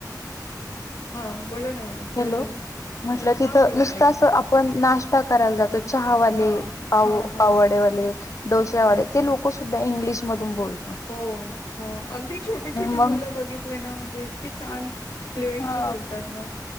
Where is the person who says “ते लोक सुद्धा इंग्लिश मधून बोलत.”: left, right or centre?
Left